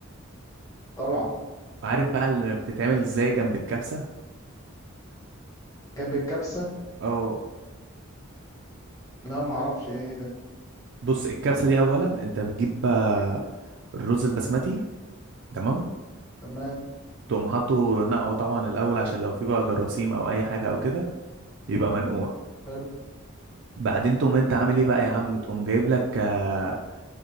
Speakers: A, on the left; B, on the right.
A: طبعا
B: عارف بقى اللي بتتعمل ازاي جنب الكبسه
A: جنب الكبسة
B: اه
A: لا ما اعرفش ايه ده
B: بص الكبسة دي أولا أنت بتجيب آه، الرز البسمتي تمام
A: تمام
B: تقوم حاطه نقعه طبعا الأول عشان لو في بقى جراثيم أو أي حاجة أو كده يبقى منقوع
A: حلو
B: بعدين تقوم أنت عامل إيه بقى يا عم تقوم جايب لك آه،